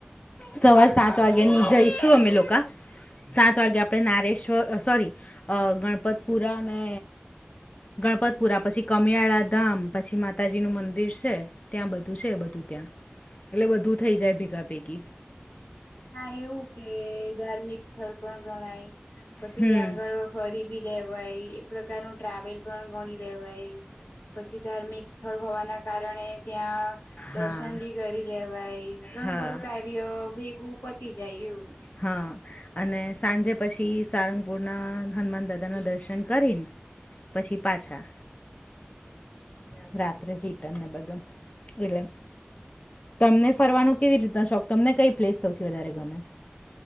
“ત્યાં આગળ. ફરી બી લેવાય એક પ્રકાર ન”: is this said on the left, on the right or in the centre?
Left